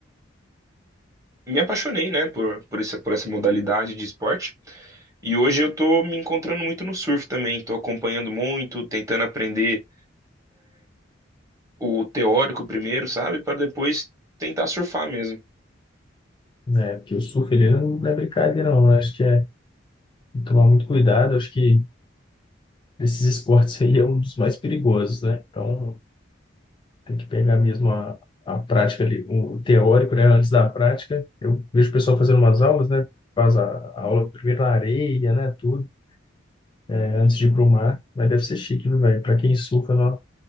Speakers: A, on the right; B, on the left.
A: me apaixonei, né, por, por essa, por essa modalidade de esporte. E hoje eu tô me encontrando muito no surf também, tô acompanhando muito, tentando aprender o teórico primeiro, sabe, para depois tentar surfar mesmo.
B: Né? Porque o surf, ele não é brincadeira, não. né? Acho que é tem que tomar muito cuidado. Acho que esses esportes aí é um dos mais perigosos, né? Então, tem que pegar mesmo a, a prática ali, o teórico, né? Antes da prática. Eu vejo o pessoal fazendo umas aulas, né? Faz a, a aula primeiro na areia, né? Tudo, né? Antes de ir pro mar. Mas deve ser chique, viu, velho? Para quem surfa, não,